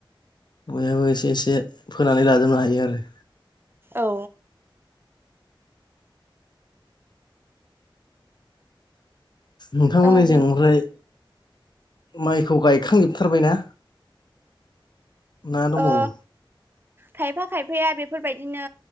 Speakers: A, on the left; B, on the right.
A: बयहाबो एसे एसे फोनानै लाजोबनो हायो आरो।
B: औ।
A: नोंथांमोननिजों
B: ओ बे
A: ओमफ्राय माइखौ गायखांजोब थारबायना ना दंबावो?
B: ओ खायफा खायफाया बेफोरबायदिनो